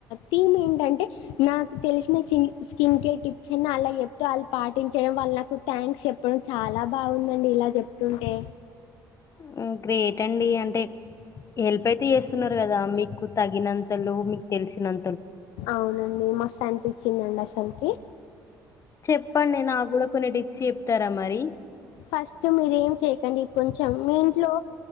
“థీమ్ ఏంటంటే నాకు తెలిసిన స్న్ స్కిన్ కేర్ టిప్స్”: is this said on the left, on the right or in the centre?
Left